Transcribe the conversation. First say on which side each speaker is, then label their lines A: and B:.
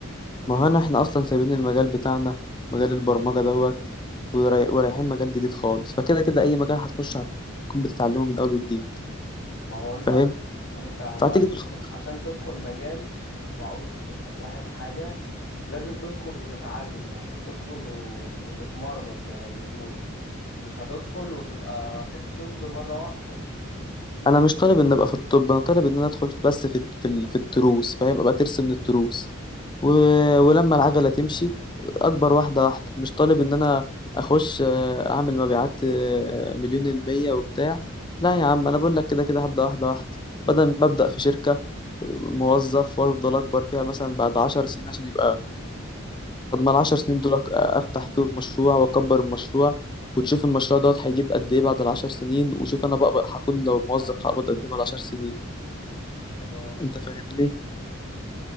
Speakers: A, on the left; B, on the left.
A: ما هو أنا إحنا أصلا سايبين المجال بتاعنا مجال البرمجة دوت وراي- ورايحين مجال جديد خالص فكده كده أي مجال هتخش هتكون بتتعلمه من أول وجديد
B: ما هو انت
A: فاهم
B: هت- انت انت
A: فهتيجي
B: عشان
A: بالخبرة
B: ت- عشان تدخل مجال وعاوز تبقى صاحب حاجة لازم تدخل وتتعلم يعني تدخل و... وتتمرمط زي ما بيقولوا مش هتدخل وتبقى في التوب مرة واحدة
A: أنا مش طالب إن أبقى في الطب أنا طالب إن أنا أدخل بس في الت- في, ال- في التروس فاهم أبقى ترس من التروس و... ولما العجلة تمشي أكبر واحدة واحدة مش طالب إن أنا أخش آه، أعمل مبيعات آه، مليون المية وبتاع لا يا عم أنا بقول لك كده كده هبدأ واحدة واحدة بدل ما أبدأ في شركة آه، موظف وأفضل أكبر فيها مثلا بعد عشر سنين عشان يبقى طب ما العشر سنين دول أك- أفتح فيهم مشروع وأكبر المشروع وتشوف المشروع دوت هيجيب قد إيه بعد العشر سنين وشوف أنا بقى هكون لو موظف
B: ايوه
A: هقبض قد إيه بعد العشر سنين
B: خلاص
A: أنت فاهمني؟
B: ماشي